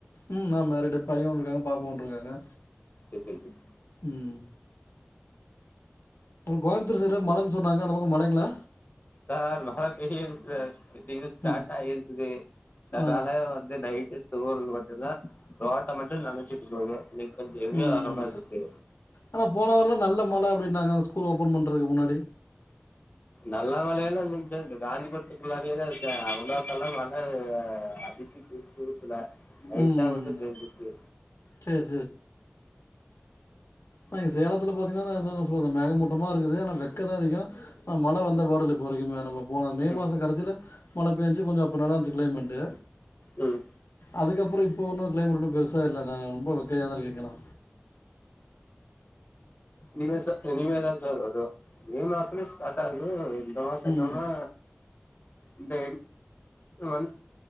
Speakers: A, on the left; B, on the left.
A: ம் நா மெரிடு பையன் ஒன்னு இருங்காங்க பாபா ஒன்னு இருங்காங்க
B: சேரி சேரி சேரி
A: உம் கோயம்பத்தூர் சைடுல மழைன்னு சொன்னாங்க அந்த பக்க மழைங்களா
B: சார் மழை பெய்து சார் ஸ்டார்ட்
A: ம்
B: ஆகி இருக்குது அதனால
A: ஆ
B: வந்து நைட்டு தூறல் மட்டும் தான் ரோட்ட மட்டும் நெனச்சிட்டு போவுது இப்ப ஹெவி
A: ம்
B: ஆகுற மாரி இருக்கு
A: ஆனா போன வாரலா நல்ல மழ அப்டின்னாங்க அந்த ஸ்கூல் ஓபன் பண்றதுக்கு முன்னாடி
B: நல்ல மழை எல்லா இல்லைங்க சார் இந்த காந்திபுரத்துக்கு உள்ளாரயே தான் இருக்கேன், அவளுத்துக்கெல்லா மழை அடிச்சு புடிச்சு ஊத்தல லைட்டா
A: ம்
B: மட்டும் பெஞ்சிருக்கு
A: சேரி நா சேலத்துல பாத்தீங்கனா நா அதன் சொல்றே மேகமூட்டமா இருகுது ஆனா வெக்க தான் அதிகம் ஆஹ மழை வந்த பாடு இல்ல இப்ப வரைக்குமே நம்ம போன
B: ம்
A: மே மாச கடைசியில மழை பேஞ்சு கொஞ்சோ அப்போ நல்லா இருந்துச்சு கிளைமேட்டு
B: ம்
A: அதுக்கப்புறம் இப்போ ஒன்னும் கிளைமேட் பெருசா இல்ல இல்ல நான் ரொம்ப வெக்கையாதா இருக்கு இங்கயெல்லா
B: நீவே சார் இனிவே தான் சார் வருவா மே மாசமே ஸ்டார்ட் ஆகுது இந்த மாசம் என்னனா
A: ம்
B: இந்த வந்